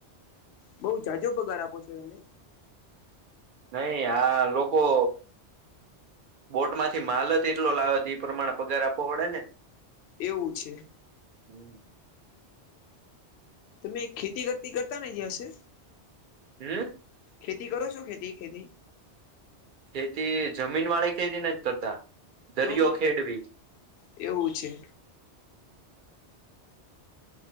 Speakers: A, on the left; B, on the right.
A: બઉ જાજો પગાર આપો છો તમે.
B: નહી આ લોકો. બોટમાંથી માલજ એટલો લાવે તો એ પ્રમાણે પગાર આપવો પડે ને.
A: એવું છે.
B: હમ્મ
A: તમે ખેતી ખતી કરતા ને હશે?
B: <unintelligible>
A: ખેતી કરો છો કે ખેતી ખેતી?
B: ખેતી જમીન વાળી ખેતી નથ કરતા, દરિયો
A: તો
B: ખેડવી.
A: એવું છે.